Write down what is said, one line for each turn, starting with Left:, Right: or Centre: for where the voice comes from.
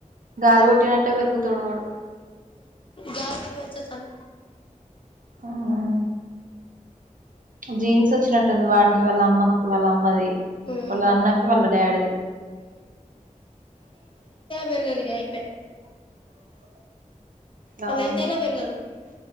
Right: గాలి కొట్టినట్టే పెరుగుతాడు వాడు
Left: గాలి కొట్టిపెంచోచ్చు వాణి
Right: ఉమ్. జీన్స్ వచ్చినట్టుంది వానికి వాళ్ళ అమ్మ వాళ్ళ అమ్మది
Left: ఉమ్
Right: వాళ్ళ అన్నకి వాళ్ళ డాడిది
Left: పెరగరిగా అయిపాయె
Right: అవును
Left: వాళ్ళు ఎంతైనా పెరగరు